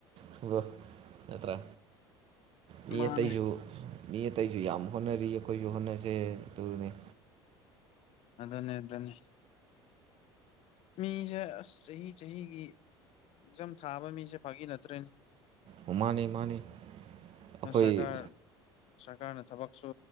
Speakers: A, on the right (about 45°); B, on the left (about 50°).
A: ꯊꯕꯛ ꯅꯠꯇ꯭ꯔꯥ ꯃꯤ
B: ꯃꯥꯅꯦ
A: ꯑꯇꯩꯁꯨ ꯃꯤ ꯑꯇꯩꯁꯨ ꯌꯥꯝ ꯍꯣꯠꯅꯔꯤ ꯑꯩꯈꯣꯏꯁꯨ ꯍꯣꯠꯅꯁꯦ ꯑꯗꯨꯅꯤ
B: ꯑꯗꯨꯅꯦ ꯑꯗꯨꯅꯦ ꯃꯤꯁꯦ ꯑꯁ ꯆꯍꯤ ꯆꯍꯤꯒꯤ ꯑꯦꯛꯖꯥꯝ ꯊꯥꯕ ꯃꯤꯁꯦ ꯐꯥꯒꯤ ꯅꯠꯇ꯭ꯔꯦꯅꯦ
A: ꯑꯣ ꯃꯥꯅꯦ ꯃꯥꯅꯦ ꯑꯩꯈꯣꯏ
B: ꯁꯔꯀꯥꯔ ꯁꯔꯀꯥꯔꯅ ꯊꯕꯛꯁꯨ